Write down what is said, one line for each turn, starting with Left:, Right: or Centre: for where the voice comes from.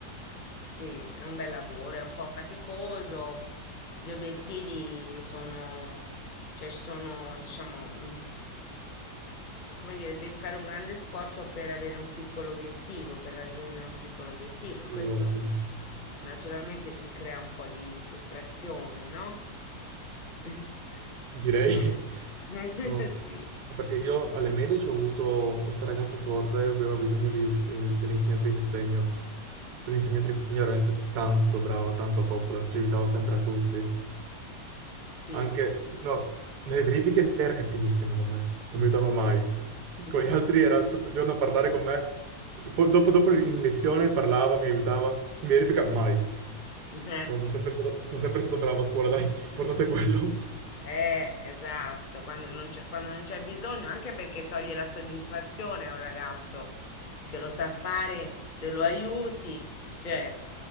Left: sì, è un bel lavoro, è un po' faticoso, Gli obiettivi sono, cioè ci sono, diciamo, mm, come dire, devi fare un grande sforzo per avere un piccolo obiettivo, per raggiungere un piccolo obiettivo
Right: sì,
Left: e questo
Right: ovvio,
Left: naturalmente ti crea un po' di frustrazione, no? <laughs>
Right: direi.
Left: Eh. <laughs>
Right: No, no,
Left: Sì,
Right: perché io alle medie ci ho avuto questa ragazza sorda e aveva bisogno di- del- dell'insegnante di sostegno. Quell'insegnante di sostegno era veramente tanto brava, tanto a coccola, ci aiutava sempre a tutti.
Left: sì.
Right: Anche, no, nelle verifiche lei era cattivissimo con me, non mi aiutava mai.
Left: <laughs>
Right: Con gli altri era tutto il giorno a parlare con me. Poi dopo, dopo in lezione parlava, mi aiutava. In verifica mai.
Left: Eh.
Right: Ma sono sempre stato, sono sempre stato bravo a scuola, dai, l'importante è quello.
Left: Eh, esatto, quando non c'è quando non c'è bisogno, anche perché toglie la soddisfazione a un ragazzo che lo sa fare, se lo aiuti, cioè,